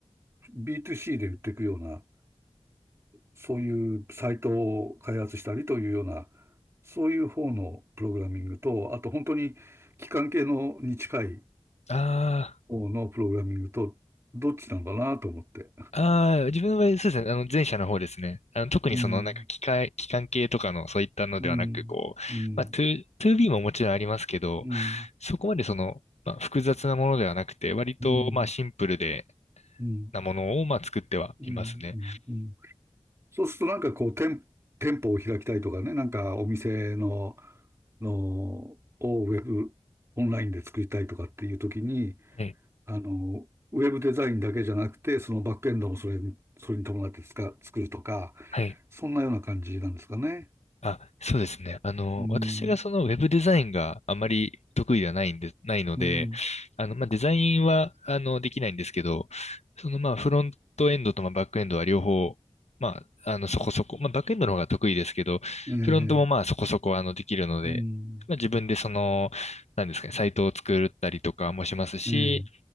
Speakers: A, on the right (about 25°); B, on the left (about 85°).
A: B2C で売っていくような、そういうサイトを開発したりというような、そういう方のプログラミングと、あと本当に機関系のに近い
B: あ
A: 方のプログラミングと、どっちなのかなと思って。
B: ああ、自分の場合、そうですね。あの、前者の方ですね。あの、特にその、
A: うん、
B: なんか、機械、機関系とかの、そういったのではなく、
A: うん、
B: こう、
A: うん、
B: まあ、2、2B ももちろんありますけど、
A: うん、
B: そこまでその、まあ、複雑なものではなくて、割と、
A: うん、
B: まあ、シンプルで、
A: うん、うん、
B: なものを、まあ、作ってはいますね。
A: うん、うん、うん、そうするとなんかこう店、店舗を開きたいとかね、なんかお店の、の、をウェブ、オンラインで作りたいとかっていう時に、
B: はい。
A: あの、ウェブデザインだけじゃなくて、そのバックエンドもそれに、それに伴ってつう作るとか、
B: はい
A: そんなような感じなんですかね。
B: あ、そうですね。あの、
A: うん、
B: 私がそのウェブデザインがあまり得意ではないんで、ないので、
A: うん、
B: あの、まあ、デザインは、あの、できないんですけど、その、まあ、フロントエンドと、まあ、バックエンドは両方、まあ、あの、そこそこ、まあ、バックエンドの方が得意ですけど、
A: ええ、
B: フロントもまあ、そこそこ、あの、できるので、
A: うん、
B: まあ、自分でその、なんですかね、サイトを作ったりとかもしますし、
A: ええ、